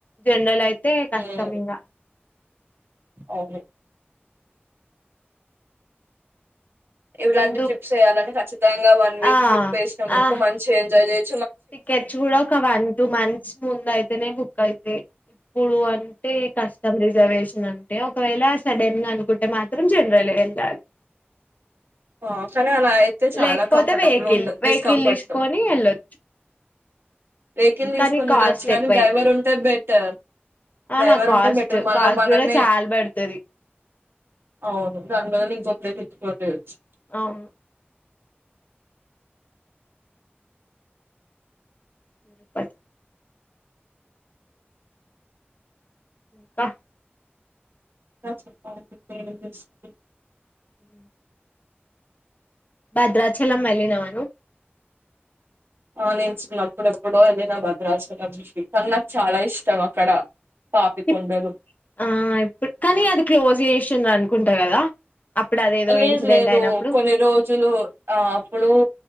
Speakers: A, on the left; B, on the right.
A: జనరల్ అయితే కష్టం
B: ఉమ్,
A: ఇంగ
B: అవును ఇలాంటి
A: ముందు
B: ట్రిప్స్ వేయాలనీ ఖచ్చితం ముఖ్యంగా వన్ వీక్
A: ఆ
B: ట్రిప్ వేసినము అనుకో
A: ఆ
B: మంచి గా ఎంజాయ్ చేయి
A: టికెట్స్ కూడా ఒక వన్ టూ మంత్స్ ముందు అయితేనే బుక్ అయితాయ్ ఇప్పుడు వన్ అంటే కస్టమ్ రిజర్వేష నంటే ఒకవేళ సడెన్ గా అనుకుంటే మాత్రం జనరల్ వెళ్ళాలి
B: ఆ కానీ అలా అయితే చాలా
A: లేకపోతే
B: కంఫర్టబుల్
A: వెహికల్
B: ఉండదు
A: వెహికల్
B: డిస్కంఫర్ట్
A: తీసుకొని వెళ్ళొచ్చు
B: వెయికిల్ తీసుకొని
A: కానీ
B: వెళ్ళొచ్చు,
A: కాస్ట్
B: కానీ
A: ఎక్కువైతది
B: డ్రైవర్ ఉంటే బెటర్ డ్రైవర్
A: ఆహా కాస్ట్
B: ఉంటే బెటర్ మళ్ళ
A: కాస్ట్
B: మనమే
A: కూడా చాలా పడుతది
B: అవును దాని బదులు ఇంకో <inaudible> కొట్టేయచ్చు
A: అవును తిరుపతి ఇంకా
B: ఇంకా చెప్పాలి ఏం చేస్తున్నావ్
A: హ భద్రాచలం వెళ్ళినావ నువ్వు
B: ఆ నేను చిన్నప్పుడు ఎప్పుడో ఎళ్ళిన భద్రాచలం కాని నాకు చాలా ఇష్టం అక్కడ పాపికొండలు
A: ఇప్ ఆ ఇప్పుడు కానీ అది క్లోజ్ చేస్ సినారు అనుకుంటా కదా అప్పుడు అదేదో
B: లేదు
A: ఇన్సిడెంట్
B: లేదు
A: అయినప్పుడు
B: కొన్ని రోజులు ఆ అప్పుడు